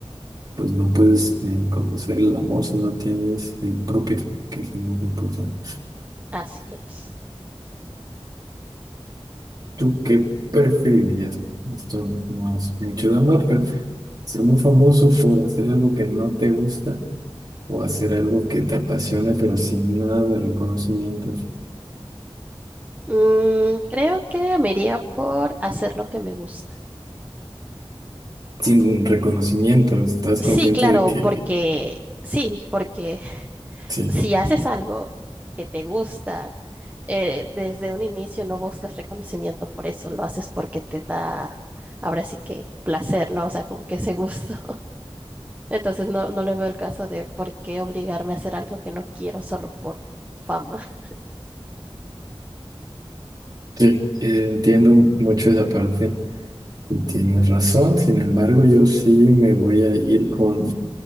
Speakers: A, on the right; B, on the right.
A: pues no puedes eh, conocer el amor si no tienes el propio, que es lo más importante.
B: Así es.
A: ¿Tú qué preferirías? Esto no es mucho de amor, pero ser muy famoso por hacer algo que no te gusta o hacer algo que te apasione, pero sin nada de reconocimiento.
B: Mm, creo que me iría por hacer lo que me gusta.
A: Sin reconocimiento, estás
B: Sí,
A: consciente
B: claro,
A: de que
B: porque sí, porque <laughs>
A: Sí,
B: si haces algo que te gusta, eh, desde un inicio no buscas reconocimiento por eso, lo haces porque te da, ahora sí que placer, ¿no? O sea, como que ese gusto. Entonces no, no le veo el caso de por qué obligarme a hacer algo que no quiero solo por fama, <laughs>
A: sí, eh, entiendo mucho esa parte y tienes razón. Sin embargo, yo sí me voy a ir con